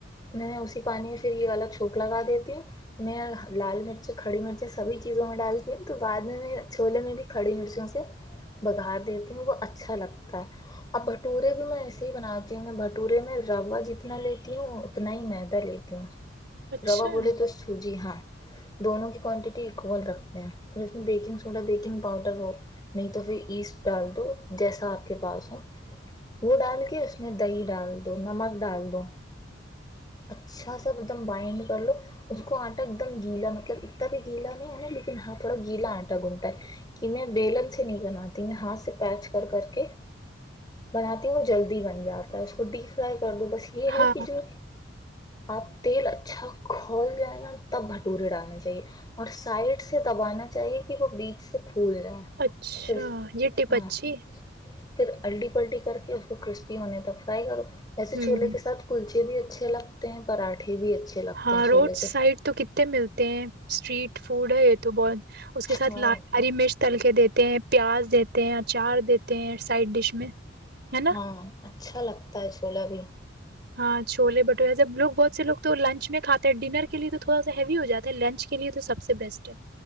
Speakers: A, on the left; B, on the right.
A: میں اسی پانی میں پھر یہ والا چوک لگا دیتی ہوں میں لال مرچ کھڑی مرچیں سبھی چیزوں میں ڈالتی ہوں تو بعد میں میں چھوولے میں بھی کھڑی مرچوں سے بگار دیتی ہوں وہ اچھا اچھا لگتا ہے اور بھٹورے بھی میں ایسے ہی بناتی ہوں میں بھٹورے میں روا جتنا لیتی ہوں اتنا ہی مدہ لیتی ہوں
B: اچھا
A: روا بولے تو سو جی ہاں دونوں کی کوانٹیٹی اکول رکھتے ہیں پھر اس میں بیکنگ سوڈا بیکنگ پاؤڈر ہو نہیں تو پھر ایسٹ ڈال دو جیسا آپ کے پاس ہو وہ ڈال کے اس میں دہی ڈال دو نمک ڈال دو اچھا سا ایک دم بائنڈ کر لو اس کو آٹا ایک دم گیلا مطلب اتنا بھی گیلا نہیں ہے نا لیکن ہاں تھوڑا گیلا آٹا گھنتا ہے کہ میں بیلن سے نہیں بناتی میں ہاتھ سے پیچ کر کر کے بناتی ہوں جلدی بن جاتی اس کو ڈیپ فرائی کر دو بس یہ ہے
B: ہاں
A: کہ جو آپ تیل اچھا کھول جائے نا تب بھٹورے ڈالنے چاہیے اور سائڈ سے دبانا چاہیے کہ وہ بیچ سے پھول جائے
B: اچھا
A: پھر
B: یہ ٹپ
A: ہاں
B: اچھی
A: پھر الٹی پلٹی کر کے اس کو کرسپی ہونے تک فرائی کرو ویسے چھولے
B: ہوں
A: کے ساتھ کلچی کہ بھی اچھے لگتے ہیں پراٹھے بھی اچھے لگتے
B: ہاں
A: ہیں چھولے
B: روڈ سائڈ
A: کے ساتھ
B: تو کتنے ملتے ہیں اسٹریٹ فوڈ ہےت بہت اس کے سھ
A: ہاں
B: ل ہاری مرچ تل کے دیتے دیتے ہیں پیاز دیتے ہیں اچار دیتے ہیں سائڈ ڈش میں ہے نا
A: ہاں اچھا لگتا ہے چھولا بھی
B: ہاں چھول بھٹورے سب لوگ بہت سے لوگ تو لنچ میں کھاتے ہیں ڈنر کے لیے تو تھوڑا سا ہیوی ہو جاتا ہے لنچ کے لیے تو سب سے بیسٹ ہے